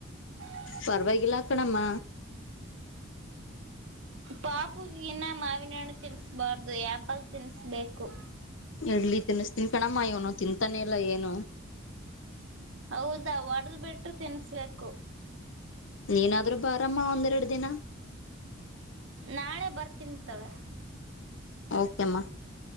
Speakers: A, on the right; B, on the left.
A: <unintelligible> <inaudible>
B: ಪರ್ವಾಗಿಲ್ಲ ಕಣಮ್ಮ
A: ಪಾಪುಗಿನ ಮಾವಿನಣ್ಣು ತಿನ್ಸ್ಬಾರ್ದು ಆಪಲ್ ತಿನ್ಬೇಕು
B: ಇಡ್ಲಿ ತಿನ್ಸ್ತನ್ ಕಣಮ್ಮ ಇವನು ತಿಂತಾನೆ ಇಲ್ಲ ಏನು
A: ಹೌದಾ ಹೊಡದ್ ಬಿಟರು ತಿನ್ಸ್ಬೇಕ
B: ನೀನಾದ್ರೂ ಬಾರಮ್ಮ ಒಂದೆರಡು ದಿನ
A: ನಾಳೆ ಬರ್ತಿನ್ ತಗೋ
B: ಓಕೆಮ್ಮ